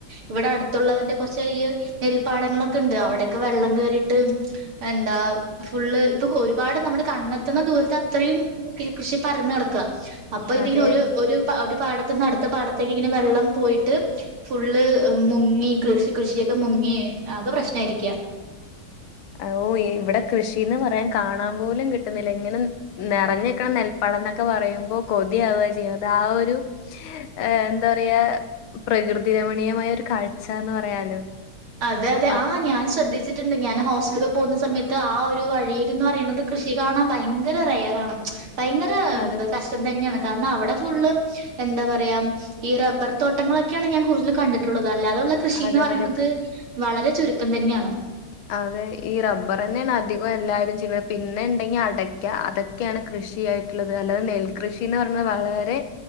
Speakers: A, on the right; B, on the left.
A: ഇവിടെ അടുത്തുള്ളവരടെ കൊർച്ച് ഈയ് നെൽപ്പാടങ്ങളൊക്കെ ഇണ്ട് അവിടെയൊക്കെ വെള്ളം കേറിട്ട് എന്താ ഫുള്ള് ഇപ്പൊക്ക് ഒരുപാട് നമ്മുടെ കണ്ണെത്തുന്ന ദൂരത്ത് അത്രയും കൃഷി പരന്ന് കെടക്കാ അ അപ്പൊ ഇതിങ്ങനെ
B: അതെ
A: ഒരു ഒരു ഒരു പാടത്ത്ന്ന് അടുത്ത പാടത്തേക്ക് ഇങ്ങനെ വെള്ളം പോയിട്ട് ഫുള്ള് ഏഹ് മുങ്ങി കൃഷി കൃഷിയൊക്കെ മുങ്ങി ആകെ പ്രശ്നായിരിക്ക്യാ
B: അ ഓഹ് യേ ഇവടെ കൃഷീന്ന് പറയാൻ കാണാൻ പോലും കിട്ടുന്നില്ല ഇങ്ങനെ നെറഞ്ഞ്ക്ക്ണ നെൽപ്പാടംന്നെക്കെ പറയുമ്പോ കൊതിയാവാ ച്ചിയ്യ്ണത് ആ ഒരു ഏഹ് എന്താ പറയാ പ്രകൃതി രമണീയമായ ഒരു കാഴ്ച എന്ന് പറയാലോ
A: അതെ അതെ
B: ആ
A: ആഹ് ഞാൻ ശ്രദ്ധിച്ചിട്ട്ണ്ട് ഞാൻ ഹോസ്റ്റല്ല്ക്കെ പോകുന്ന സമയത്ത് ആ ഒരു വഴിയില്ന്ന് പറീണത് കൃഷി കാണാൻ ഭയങ്കര റെയറാണ് ഭയങ്കര
B: അതെ
A: എന്താ കഷ്ടം തന്നേണ് കാരണം അവടെ ഫുള്ള് എന്താ പറയാ ഈ റബ്ബർ തോട്ടങ്ങളൊക്കെയാണ് ഞാൻ കൂടുതൽ കണ്ടിട്ടുള്ളത് അല്ലാതെ ഉള്ളെ കൃഷിന്ന്
B: അതെ
A: പറിണത്
B: അതെ
A: വളരെ ചുരുക്കം തന്നാണ്
B: അതെ ഈ റബ്ബറെന്നേണ് അധികം എല്ലാരും ചിയ്ണത് പിന്നെ ഇണ്ടെങ്കി അടക്ക്യ അതൊ ക്കെയാണ് കൃഷി ആയിട്ട്ള്ളത് അല്ലതെ നെൽകൃഷിന്ന് പറയ്ന്ന് വളരെ